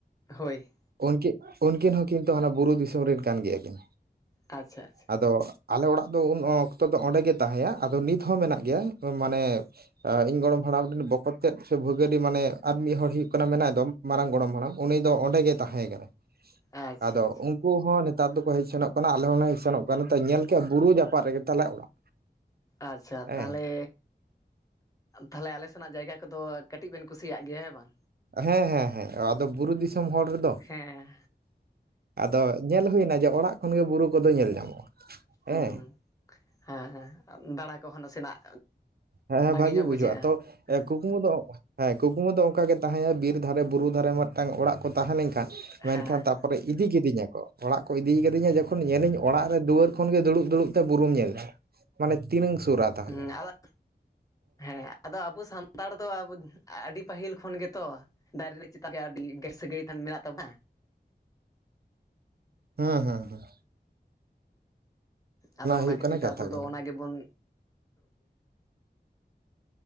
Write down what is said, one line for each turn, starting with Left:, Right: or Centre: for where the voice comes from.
Left: ᱦᱳᱭ
Right: ᱩᱱᱠᱤᱱ ᱩᱱᱠᱤᱱ ᱦᱚᱸ ᱠᱤᱱᱛᱩ ᱦᱟᱱᱟ ᱵᱩᱨᱩ ᱫᱤᱥᱚᱢ ᱨᱮᱱ ᱠᱟᱱ ᱜᱮᱭᱟ ᱠᱤᱱ
Left: ᱟᱪᱪᱷᱟ ᱟᱪᱪᱷᱟ
Right: ᱟᱫᱚ ᱟᱞᱮ ᱚᱲᱟᱜ ᱫᱚ ᱩᱱ ᱚᱠᱛᱚ ᱫᱚ ᱚᱸᱰᱮ ᱜᱮ ᱛᱟᱦᱮᱸᱱᱟ ᱟᱫᱚ ᱱᱤᱛ ᱱᱤᱛᱦᱚᱸ ᱢᱮᱱᱟᱜ ᱜᱮᱭᱟ ᱢᱟᱱᱮ ᱤᱧ ᱜᱚᱲᱚᱢ ᱦᱟᱲᱟᱢ ᱨᱮᱱ ᱵᱚᱠᱚᱛ ᱛᱮᱫ ᱥᱮ ᱵᱷᱟᱹᱜᱟᱹᱰᱤ ᱢᱟᱱᱮ ᱟᱨ ᱢᱤᱫ ᱦᱚᱲ ᱦᱩᱭᱩᱜ ᱠᱟᱱᱟ ᱢᱮᱱᱟ ᱮᱫᱚᱢ ᱢᱟᱨᱟᱝ ᱜᱚᱲᱚᱢ ᱦᱟᱲᱟᱢ ᱩᱱᱤ ᱫᱚ ᱚᱸᱰᱮ ᱜᱮᱭ ᱛᱟᱦᱮᱸ ᱠᱟᱱᱟ
Left: ᱟᱪᱪᱷᱟ
Right: ᱟᱫᱚ
Left: ᱟᱪᱪᱷᱟ
Right: ᱩᱱᱠ ᱼᱼ ᱩᱱᱠᱩ ᱦᱚᱸ ᱱᱮᱛᱟᱨ ᱫᱚᱠᱚ ᱦᱮᱡ ᱥᱮᱱᱚᱜ ᱠᱟᱱᱟ ᱟᱞᱮ ᱦᱚᱸᱞᱮ ᱦᱮᱡ ᱥᱮᱱᱚᱜ ᱠᱟᱱᱟ ᱧᱮᱞ ᱠᱮᱼᱟ ᱵᱩᱨᱩ ᱡᱯᱟᱜ ᱨᱮᱜᱮᱟᱞᱮ ᱚᱲᱟᱜ
Left: ᱟᱪᱪᱷᱟ
Right: ᱦᱮᱸ
Left: ᱛᱟᱦᱚᱞᱮ ᱛᱟᱦᱚᱞᱮ ᱟᱞᱮ ᱥᱮᱱᱟᱜ ᱡᱟᱭᱜᱟ ᱠᱚᱫᱚ ᱠᱟᱹᱴᱤᱡ ᱵᱮᱱ ᱠᱩᱥᱤᱭᱟᱜ ᱜᱮᱭᱟ ᱦᱮᱸ ᱵᱟᱝ
Right: ᱦᱮᱸ ᱦᱮᱸ ᱦᱮᱸ ᱟᱫᱚ ᱵᱩᱨᱩ ᱫᱤᱥᱚᱢ ᱦᱚᱲ ᱨᱮᱫᱚ
Left: ᱦᱮᱸ
Right: ᱟᱫᱚ ᱧᱮᱞ ᱦᱩᱭᱱᱟ ᱡᱮ ᱚᱲᱟᱜ ᱠᱷᱚᱱ ᱜᱮ ᱵᱩᱨᱩ ᱠᱚᱫᱚ ᱧᱮᱞ ᱧᱟᱢᱚᱜᱼᱟ
Left: ᱦᱩᱸ
Right: ᱦᱮᱸ
Left: ᱦᱮᱸ ᱦᱮᱸ ᱫᱟᱬᱟ ᱠᱚᱦ ᱱᱟᱥᱮᱱᱟᱜ
Right: ᱦᱮᱸ ᱦᱮᱸ
Left: ᱵᱷᱟᱜᱮ
Right: ᱵᱷᱟᱜᱤ
Left: ᱧᱚᱜ
Right: ᱵᱩᱡᱷᱟᱹ
Left: ᱵᱩᱡᱷᱟᱹᱜᱼᱟ
Right: ᱛᱚ
Left: ᱦᱮᱸ
Right: ᱠᱩᱠᱢᱩ ᱫᱚ ᱦᱮᱸ ᱠᱩᱠᱢᱩ ᱫᱚ ᱚᱱᱠᱟᱜ ᱜᱮ ᱛᱟᱦᱮᱸᱭᱟ ᱵᱤᱨ ᱫᱷᱟᱨᱮ ᱵᱩᱨᱩ ᱫᱷᱟᱨᱮ ᱢᱤᱫᱴᱟᱝ ᱚᱲᱟᱜ ᱠᱚ ᱛᱟᱦᱮᱸ ᱞᱮᱱᱠᱷᱟᱱ ᱢᱮᱱᱠᱷᱟᱱ
Left: ᱦᱮᱸ
Right: ᱛᱟᱨᱯᱚᱨᱮ ᱤᱫᱤ ᱠᱤᱫᱤᱧᱟ ᱠᱚ ᱚᱲᱟᱜ ᱠᱚ ᱤᱫᱤ ᱠᱤᱫᱤᱧᱟ ᱡᱚᱠᱷᱚᱱ ᱛᱠᱷᱚᱱ ᱧᱮᱞᱤᱧ ᱚᱲᱟᱜ ᱨᱮ ᱫᱩᱣᱟᱹᱨ ᱠᱷᱚᱱ ᱜᱮ ᱫᱩᱲᱩᱵ ᱫᱩᱲᱩᱵ ᱛᱮ ᱵᱩᱨᱩᱢ ᱧᱮᱞ ᱢᱟ ᱢᱟᱱᱮ ᱛᱤᱱᱟᱹᱝ ᱥᱩᱨᱟ ᱛᱟᱦᱚᱞᱮ
Left: ᱦᱮᱸ ᱟᱫᱚ ᱦᱮᱸ ᱟᱫᱚ ᱟᱵᱚ ᱥᱟᱱᱛᱟᱲ ᱫᱚ ᱟᱹᱰᱤ ᱯᱟᱹᱦᱤᱞ ᱠᱷᱚᱱ ᱜᱮᱛᱚ ᱫᱟᱨᱮ ᱨᱮ ᱪᱮᱛᱟᱱ ᱨᱮ ᱟᱹᱰᱤ ᱜᱮᱨ ᱥᱟᱹᱜᱟᱹᱭ ᱜᱟᱱ ᱢᱮᱱᱟᱜ ᱛᱵᱚᱱᱟ
Right: ᱦᱮᱸ ᱦᱮᱸ ᱦᱮᱸ
Left: ᱟᱫᱚ ᱚᱱᱟ
Right: ᱦᱩᱭᱩᱜ
Left: ᱠᱷᱟᱹᱛᱤᱨ
Right: ᱠᱟᱱᱟ
Left: ᱛᱮ
Right: ᱠᱟᱛᱷᱟ
Left: ᱟᱵᱚ ᱫᱚ
Right: ᱠᱟᱱᱟ
Left: ᱚᱱᱟ ᱜᱮᱵᱚᱱ